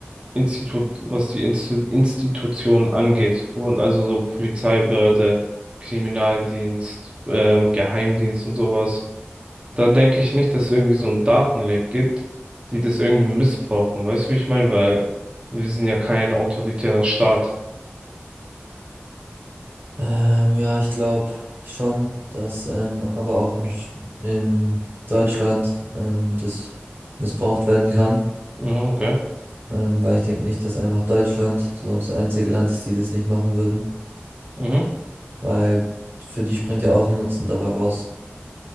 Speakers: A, on the right; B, on the right.
A: Institut, was die Instu Institution angeht. Von- Also so Polizeibehörde, Kriminaldienst, ähm, Geheimdienst und sowas. Da denke ich nicht, dass es irgendwie so ein Datenleck gibt, die das irgendwie missbrauchen. Weißt du, wie ich meine? Weil wir sind ja kein autoritärer Staat.
B: Ähm, ja, ich glaube schon, dass ähm, aber auch in, Sch- in Deutschland ähm, das missbraucht werden kann.
A: Mhm, okay.
B: Ähm, weil ich denke nicht, dass einfach Deutschland so das einzige Land ist, die das nicht machen würden.
A: Mhm.
B: Weil für die springt ja auch ein Nutzen dabei raus.